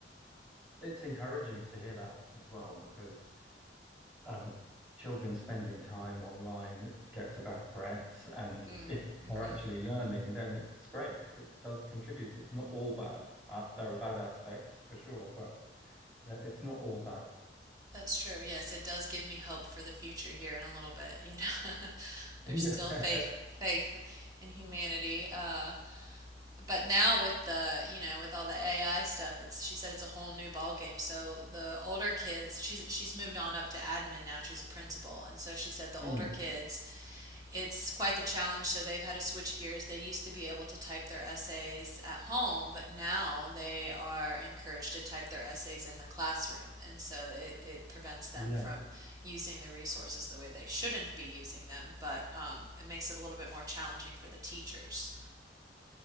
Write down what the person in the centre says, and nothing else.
It's encouraging to hear that as well because um, children spending time online gets a bad press. And
if
they're actually learning, then it's great. It does contribute. It's not all bad. Uh, there are bad aspects for sure, but it's not all bad.
<laughs> Yeah.
Mm.
Yeah.